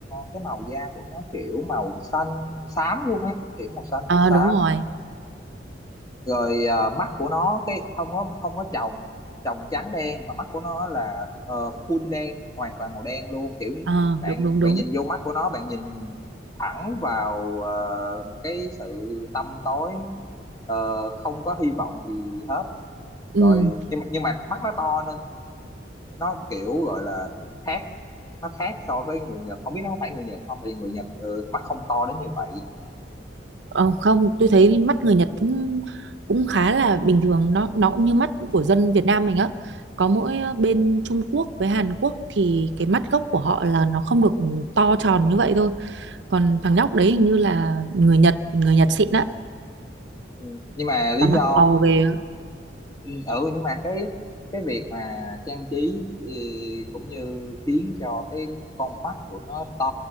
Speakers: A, on the left (about 20°); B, on the right (about 70°).
A: cái màu da của nó kiểu màu xanh xám luôn á kiểu màu xanh
B: Ờ
A: mà xám
B: đúng rồi
A: rồi ờ, mắt của nó cái không có không có tròng tròng trắng đen mà mắt của nó là ờ, full đen hoàn toàn màu đen luôn kiểu
B: Ờ
A: bạn
B: đúng đúng
A: bạn
B: đúng
A: nhìn vô mắt của nó bạn nhìn thẳng vào ờ, một cái sự tăm tối ờ, không có hy vọng gì hết
B: ừ.
A: rồi nhưng mà nhưng mà mắt nó to nó kiểu gọi là khác nó khác so với người Nhật không biết nó có phải người Nhật không tại vì người Nhật ừ, mắt không to đến như vậy
B: Ờ, không, tôi thấy mắt người Nhật cũng, cũng khá là bình thường, nó nó cũng như mắt của dân Việt Nam mình á. Có mỗi ờ, bên Trung Quốc với Hàn Quốc thì cái mắt gốc của họ là nó không được to tròn như vậy thôi. Còn thằng nhóc đấy hình như là người Nhật, người Nhật xịn á,
A: ừ, nhưng mà lý
B: mà mắt
A: do
B: to ghê. á.
A: ừ ừ, nhưng mà cái cái việc mà trang trí ừ, cũng như khiến cho cái con mắt của nó to